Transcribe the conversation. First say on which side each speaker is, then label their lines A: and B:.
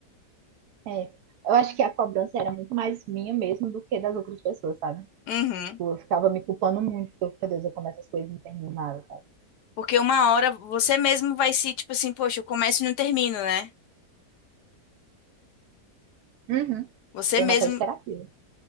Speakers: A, on the right (about 70°); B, on the left (about 75°).
A: é. Eu acho que a cobrança era muito mais minha mesmo do que das outras pessoas, sabe?
B: Uhum.
A: Tipo, eu ficava me culpando muito, porque eu, meu Deus, eu começo as coisas e não termino nada, sabe?
B: Porque uma hora você mesmo vai se, tipo assim, poxa, eu começo e não termino, né?
A: Uhum.
B: Você
A: Tema
B: mesmo...
A: até de terapia.